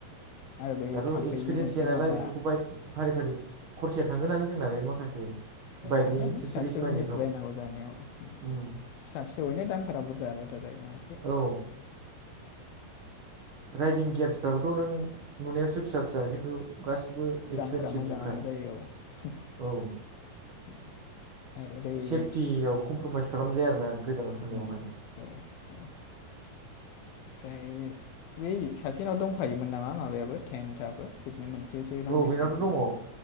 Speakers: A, on the left; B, on the right.
A: आरो बै
B: दाथ'
A: थाम्फैनि
B: एक्सपिरियेन्स
A: मोनसे
B: गैया नालाय
A: माबा
B: बेफोरखौ बाय फारि फारि खरसाया थांगोनानो जोंना बे माखासे बाइकनि
A: थांगोन
B: एक्सेसरिस
A: फिसा फिसौ
B: बायनायफ्राव
A: जिनिस बायनांगौ जानायाव फिसा
B: उम
A: फिसौयैनो दामफोरा बुरजा दनायसे
B: औ राइदिं गियार्सफ्राबोथ' नों नुनायावसो फिसा फिसा खिन्थु गासिबो
A: दामफोरा
B: एक्सपेनसिब
A: मोजाङानो
B: जोबखा
A: <unintelligible>
B: औ
A: आरो ओरै
B: सेफटियाव कमप्रमाइस खालामजाया आरो ना गोजानाव थांनायावहाय
A: औ औ ओमफ्राय बै सासेनाव दंखायोमोन नामा माबायाबो टेन्थाफोराबो बि नो मोनसेसो नांदेरगोन
B: औ बेनावथ'
A: खोमा
B: दङ